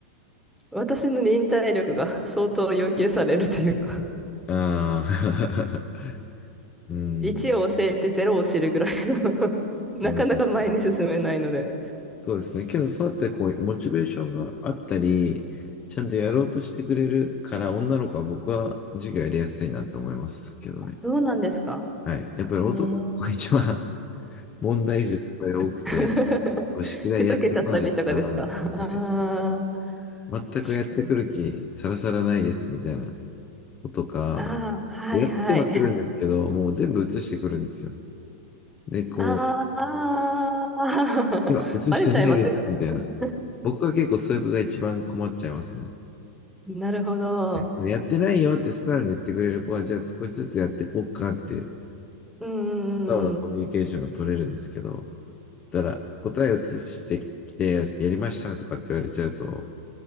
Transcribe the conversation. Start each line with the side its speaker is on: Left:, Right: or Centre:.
Centre: 私の忍耐力が相当要求されるというか
Left: ああ、<laughs> うん、
Centre: 1を教えてゼロを知るぐらいの <laughs> なかなか前に進めないので。
Left: うん、そうですね。けど、そうやってこう、モチベーションがあったり、ちゃんとやろうとしてくれるから、女の子は僕は授業やりやすいなと思いますけどね。
Centre: <laughs> そうなんですか。
Left: はい。やっぱり男の子が一番
Centre: えー
Left: <laughs> 問題児がやっぱり多くて、
Centre: <laughs>
Left: こう宿題やってこないとか、
Centre: ふざけちゃったりとかですか <laughs> ああ、
Left: はい全くやってくる気さらさらないですみたいな
Centre: <laughs> しか
Left: ことか、
Centre: ああ、はいはい。
Left: やってはくるんですけど、もう全部映してくるんですよ。で、こ
Centre: ああ、<laughs>
Left: う、いや、映してないですみたいな。
Centre: バレちゃいますよね。<laughs>
Left: 僕は結構そういう子が一番困っちゃいますね。
Centre: なるほど。
Left: はいやってないよって素直に言ってくれる子は、じゃあ少しずつやっていこうかっていう、
Centre: うんうん
Left: 素直なコミュニケーションが取れるんですけど、だから答えを移してきて、やりましたとかって言われちゃうと、